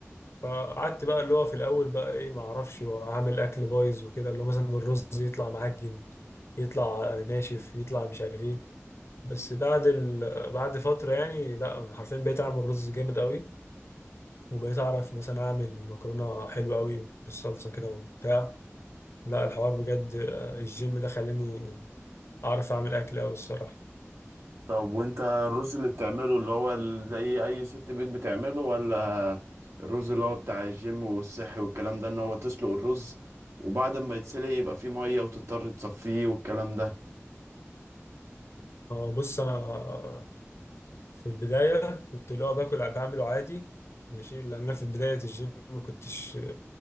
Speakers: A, on the left; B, on the right.
A: فقعدت بقى اللي هو في الاول بقى ايه ما اعرفش اعمل اكل بايظ وكده اللي هو مثلا الرز يطلع معجن يطلع آه، ناشف يطلع مش عارف ايه بس بعد ال... بعد فتره يعني لا انا حرفيا بقيت اعمل رز جامد قوي وبقيت اعرف مثلا اعمل مكرونه حلوه قوي بالصلصه كده وبتاع لا الحوار بجد آه، الجيم ده خلاني اعرف اعمل اكل قوي الصراحه
B: طب وانت الرز اللي بتعمله اللي هو ال- زي اي ست بيت بتعمله ولا الرز اللي هو بتاع الجيم والصحي والكلام ده ان هو تسلق الرز وبعد ما يتسلق يبقى فيه مية وتضطر تصفيه والكلام ده
A: آه، بص انا آه، في البدايه كنت اللي هو باكل بعمله عادي ماشي لان أنا في بدايه الجيم ما كنتش